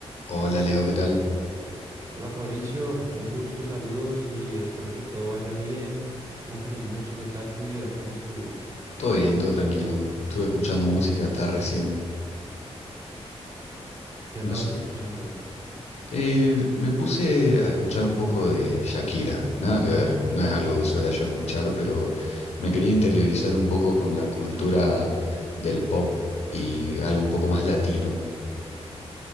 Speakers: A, on the left; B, on the right.
A: Hola Leo, ¿qué tal?
B: Hola Fabricio, un gusto, saludos y espero que todo vaya bien. Una feliz noche, ¿qué tal tu día? ¿Cómo estuvo?
A: Todo bien, todo tranquilo. Estuve escuchando música hasta recién.
B: ¿Qué
A: Nos,
B: andabas escuchando?
A: eh, me puse a escuchar un poco de Shakira. Nada que ver, no es algo que suela yo escuchar, pero me quería interiorizar un poco con la cultura del pop y algo un poco más latino.